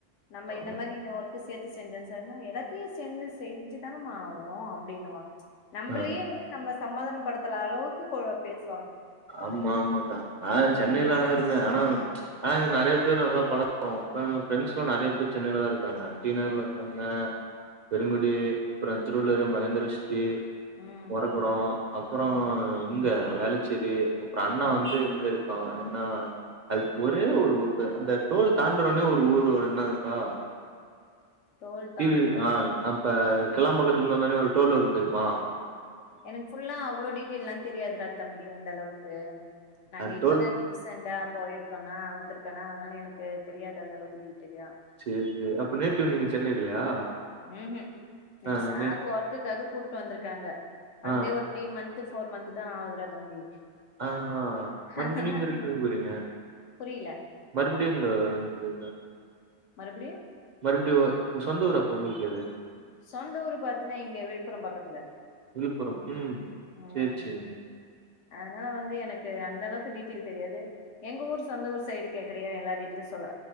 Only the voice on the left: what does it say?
நம்ம
இந்த மாதிரி இந்த ஒரு சேர்த்து செஞ்சே சார்னா எல்லாத்தையும் சேர்ந்து செஞ்சுதானமா ஆகணும் அப்படின்னுவாங்க நம்மளயே
நம்ம சம்மதானம் படுத்தத்துற அளவுக்கு பேச
ம்
ம்
ம் ம்
ம்
டோல் தாண்டுனோ
எனக்கு புல்ல அவ்ளோ டிடஎல்லாம் தெரியாதுராா தம்பி அந்த அளவுக்கு நாங்க
இப்பதான்
ரீசண்டா கோய இருக்கனா வந்திருக்கேனா அதனால எனக்கு தெரியாது அந்த அளவுக்கு டீட்டெய்லியா
உஹம்ஹம் நீங்க
சாரு
ஒர்க்குக்காக கூப்ட்டு வந்திருக்காங்க வந்தே
ஒரு த்ரீ மந்த் போர் மந்த் தான் ஆகுதுரா தம்பி
அதனால
எனக்கு
புரியல
மறுபடியு
சொந்த ஊர் பாத்தன்னா இங்க விழுப்புரம் பக்கத்துல
ம்
அதனால வந்து எனக்கு அந்த அளவுக்கு டீட்டெயில் தெரியாது எங்க ஊர் சொந்த ஊர் சைடு கேக்குறா எல்லா டீட்டெயில் சொல்ல